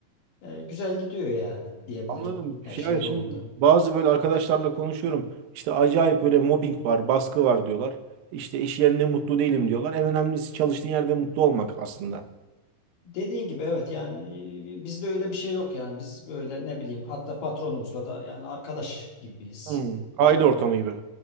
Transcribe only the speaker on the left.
E, güzel gidiyor yani diyebilirim.
Her şey
yolunda.
Dediğin gibi evet yani e, bizde öyle bir şey yok yani biz böyle ne bileyim hatta patronumuzla da yani arkadaş gibiyiz.
E,